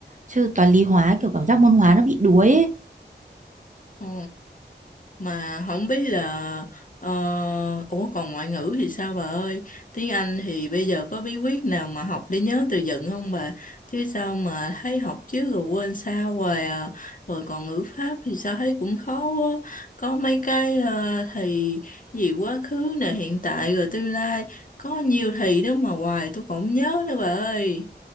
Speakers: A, on the right; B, on the left.
A: Chứ toán lý hóa kiểu cảm giác môn hóa nó bị đuối ấy.
B: Ờ, mà không biết là ờ, ủa còn ngoại ngữ thì sao bà ơi? Tiếng Anh thì bây giờ có bí quyết nào mà học để nhớ từ vựng không bà? Chứ sao mà thấy học trước rồi quên sao hoài à. Rồi còn ngữ pháp thì sao thấy cũng khó quá. Có mấy cái ờ, thì gì quá khứ nè, hiện tại rồi tương lai. Có nhiều thì đó mà hoài tôi cũng không nhớ nữa bà ơi.